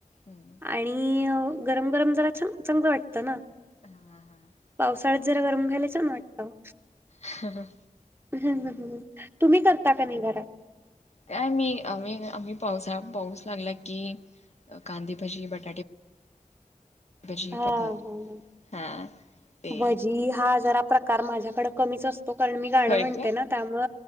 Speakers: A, on the left; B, on the right.
A: हम्म.
B: आणि गरम गरम जरा च चांगल वाटतं ना.
A: <inaudible>
B: पावसाळ्यात जरा गरम घ्यायल छान वाटतं.
A: हम् ह
B: ह, तुम्ही करता का नाही घरा?
A: काय मी आम्ही, आम्ही पावसा पाऊस लागला की कांदी भजी, बटाटे भजी
B: हा
A: पदार्थ
B: ह,
A: हा ते
B: ‌भजी हा जरा प्रकार माझ्याकडे कमीच अस तो कारण मी गाणं
A: होय
B: म्हणते
A: काय
B: ना त्यामुळ